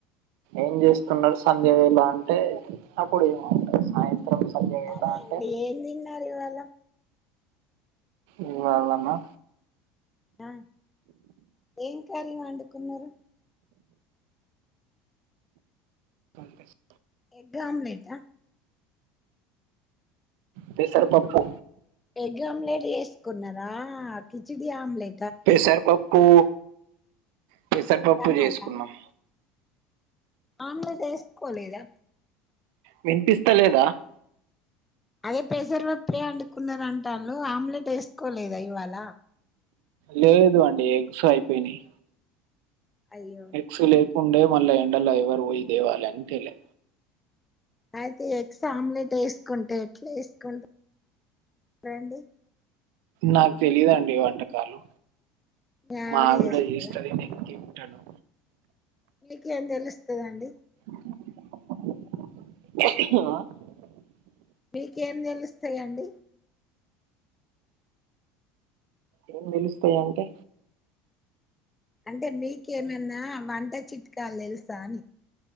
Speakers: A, on the right; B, on the left.
A: ఏం చేస్తున్నారు. సంధ్య వేళ అంటే అప్పుడు ఏమంటారు. సాయంత్రం సంధ్య వేళ
B: సరే
A: అంటే
B: అండి ఏం తిన్నారు. ఇవాళ
A: ఇవాళనా.
B: ఆ ఏం కర్రీ వండుకున్నారా.
A: కొనుకొచ్చి
B: ఎగ్ ఆమ్లెటా
A: పెసర్ పప్పు
B: ఎగ్ ఆమ్లెట్ ఏసుకున్నారా కిచడి ఆమ్లె
A: పెసర పప్పు పెసరపప్పు
B: టమాటా
A: చేసుకున్నాం
B: ఆమ్లెట్ ఏసుకోలేదా.
A: వినిపిస్తలేదా
B: అదే పెసర పప్పే అండుకున్నారంటాళ్ళు ఆమ్లెట్ ఏసుకోలేదా ఇవాళ
A: లేదు అండి ఎగ్స్ అయిపోయినాయి.
B: అయ్యో
A: ఎగ్స్ లేవు కుండే మళ్ళ ఎండలో ఎవరు పోయి తేవాలి అని తేలే
B: అయితే ఎగ్స్ ఆమ్లెట్ ఏసుకుంటే ఎట్లా ఏసుకుంట రండి.
A: నాకు తెలియదండి వంటకాలు
B: మీ
A: మా ఆవిడ
B: చేస్తదా
A: హిస్టరి నీకి ట్టను
B: మీకు ఏం తెలుస్తదండి
A: <unintelligible> న్నావా
B: మీకేం తెలుస్తాయండి
A: ఏం తెలుస్తాయంటే
B: అంటే మీకేమన్నా వంట చిట్కాలు తెలుసా అని